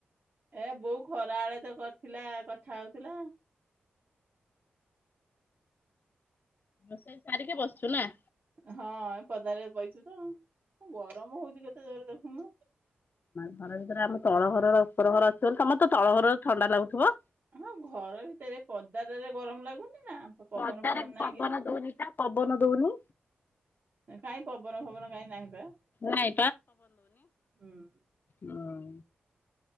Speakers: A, on the right; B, on the left.
A: ଏ ବୋଉ ଖରା ବେଳେ ତ କରିଥିଲା, କଥା ହଉଥିଲା।
B: ରୋଷେଇ ସାରିକି ବସିଛୁ ନା।
A: ହଁ, ଏ ପଦାରେ ବଇଚି ତ ଆଉ। ଗରମ ହଉଛି କେତେ ଜୋର ଦେଖୁନୁ?
B: ଘର ଭିତରେ ଆମ ତଳ ଘରର ଉପର ଘର ଆସିବ ତମସ୍ତେ ତଳ ଘର ଥଣ୍ଡା ଲାଗୁଥିବ?
A: ହଁ, ଘର ଭିତରେ, ପଦାଟାରେ ଗରମ ଲାଗୁନି ନା? ପବନ
B: ଅଦାରେ
A: ଫବନ ନାହିଁ
B: ପବନ
A: କିଛି।
B: ଦଉନି ତା ପବନ ଦଉନି।
A: କାଇହିଁ ପବନ ପବନ କାଇହିଁ ନାହିଁ ପା?
B: ନାଇଁ
A: ହୁଁ
B: ହଁ ଅଁ।